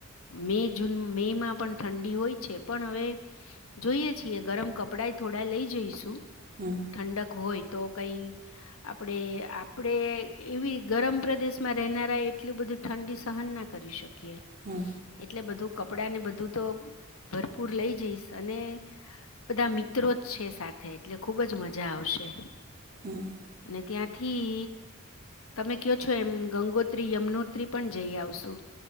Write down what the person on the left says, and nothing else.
મે જૂન મેમાં પણ ઠંડી હોય છે પણ હવે જોઈએ છીએ ગરમ કપડાંય થોડા લઈ જઈશું
ઠંડક હોય તો કંઈ આપણે આપણે એવી ગરમ પ્રદેશમાં રહેનારા એટલું બધું ઠંડી સહન ના કરી શકે
એટલે બધું કપડાંને બધું તો ભરપૂર લઈ જઈશ અને બધા મિત્રો જ છે સાથે એટલે ખૂબ જ મજા આવશે
અને ત્યાં થી તમે કહો છો એમ ગંગોત્રી યમનો ત્રી પણ જઈ આવશું